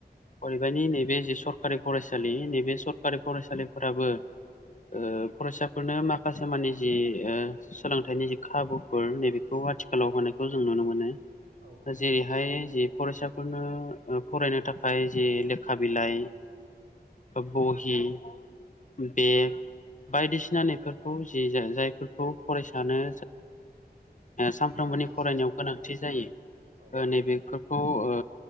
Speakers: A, on the left; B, on the right.
A: अदेबानि नैबे जि सरखारि फरायसालि नैबे सरखारि फरायसालिफोराबो ओ फरायसाफोरनो माखासे मानि जि ओ सोलोंथाइनि जि खाबुफोर नैबेखौ आथिखालाव होनायखौ जों नुनो मोनो।
B: औ।
A: जेरैहाय ज फरायसाफोरनो फरायनो थाखाय जे लेखा बिलाइ बहि बेग बायदिसि जानायफोरखौ जे जायफोरखौ फरायसानो सानफ्रोमबोनि
B: गोनांथि
A: फरायनायाव
B: जायो
A: गोनांथि जायो
B: औ
A: नैबेफोरखौ ओ